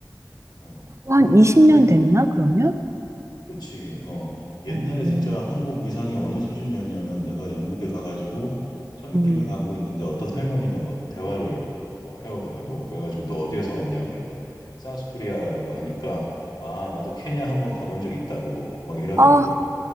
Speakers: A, on the left; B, on the right.
A: 어,
B: 그거
A: 그렇
B: 한 20년
A: 그렇
B: 됐나, 그러면?
A: 그렇지. 어. 옛날에
B: 오,
A: 진짜 한국 위상이 어느 수준이었냐면 내가 영국에 가가지고 처음에
B: 음.
A: 길을 가고 있는데 어떤 할머니가 막 대화를 어, 해오더라고. 그래가지고 너 어디에서 왔냐? 그러니까 사우스코리아라고 하니까 아 나도 케냐 한번 가본 적 있다고 막 이러더라고.
B: 아,